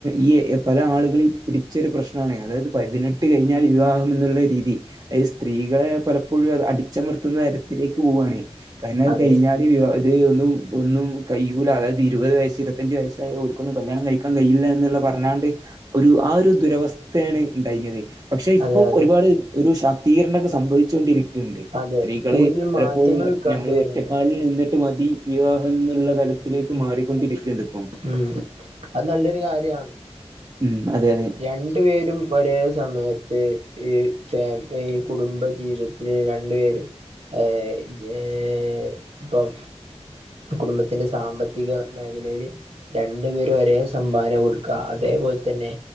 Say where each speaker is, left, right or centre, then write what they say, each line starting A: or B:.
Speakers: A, on the right; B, on the right.
A: ഈ എ പല ആളുകളീം പിടിച്ചൊരു പ്രശ്നവാണെയ് അതായത് പതിനെട്ട് ട്ട് കഴിഞ്ഞാൽ വിവാഹം എന്നുള്ള രീതി അത് സ്ത്രീകളെ പലപ്പൊഴും അത് അടിച്ചമർത്തുന്ന തരത്തിലേക്ക് പോവാണെയ് കാരണം അത്
B: അതെ
A: കഴിഞ്ഞാല് വിവാ അത് ഒന്നും ഒന്നും കയ്യൂല അതായാ ത് ഇരുവത് വയസ്സ് ഇരുവത്തഞ്ച് വയസ്സായ ഓൽക്കൊന്നും കല്യാണം കഴിക്കാൻ കയൂല എന്ന്ള്ള പറഞ്ഞാണ്ട് ഒരു ആ ഒരു ദുരവസ്ഥേണ് ഇണ്ടായിനത് പക്ഷെ ഇപ്പൊ
B: അതെ അതെ
A: ഒരുപാട് ഒരു ശാക്തീകരണക്കെ സംഭവിച്ചു കൊണ്ടിരി ഇതിലിണ്ട്
B: അതെ
A: സ്ത്രീകള്
B: കൂടുതൽ
A: പലപ്പോഴും
B: മാറ്റങ്ങൾ കണ്ടുവരുന്നുണ്ട്
A: ഞമ്മള് ഒറ്റക്കാലിൽ നിന്നി ട്ട് മതി വിവാഹം എന്നുള്ള തലത്തിലേക്ക് മാറിക്കൊണ്ടിരിക്ക്ണ്ട് പ്പൊ
B: ഉം അത് നല്ലൊരു കാര്യാണ്.
A: ഉം അതെ അതെ.
B: രണ്ടു പേരും ഒരേ സമയത്ത് ഈ ഫാമി ഈ കുടുംബജീവിത ത്തിൽ രണ്ടു പേരും <unintelligible> ഇപ്പം കുടുംബത്തിന്റെ സാമ്പത്തിക മേഖലയില് രണ്ടുപേരും ഒരേ സംഭാവന കൊട്ക്ക അതേപോലെ തന്നെ